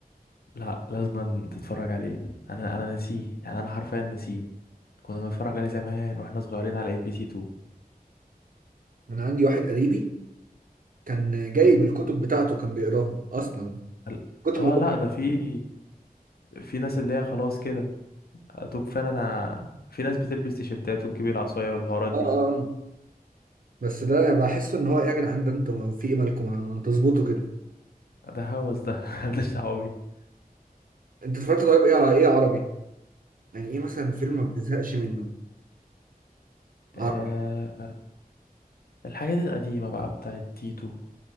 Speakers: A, on the left; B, on the right.
A: لا لازم تتفرج عليه انا انا نسيه يعني انا حرفيا نسيه كنا بنتفرج عليه زمان واحنا صغيرين على ام بي سي 2
B: من عندي واحد قريبي كان جايب الكتب بتاعته كان بيقراها أصلا
A: ال-
B: كتر
A: اه
B: ما
A: لا
B: هو
A: ده في في ناس اللي هي خلاص كده توب فان انا في ناس بتلبس تيشيرتات وتجيب العصايه والحوارات دي
B: آه آه آه. بس ده بحس إن هو إيه يا جدعان ده أنتوا في إيه مالكم ما تظبطوا كده
A: ده هوس ده <laughs> مالناش دعوه بيه
B: أنت اتفرجت طيب إيه على إيه عربي؟ يعني إيه مثلا فيلم ما بتزهقش منه؟ عربي
A: آه الحاجات القديمة بقى بتاعت تيتو